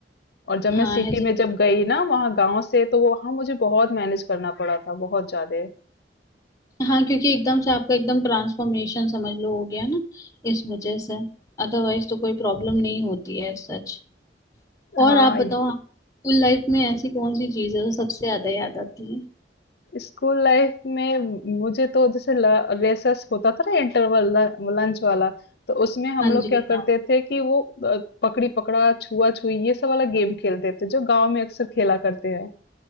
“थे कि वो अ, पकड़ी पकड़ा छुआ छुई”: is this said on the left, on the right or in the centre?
Left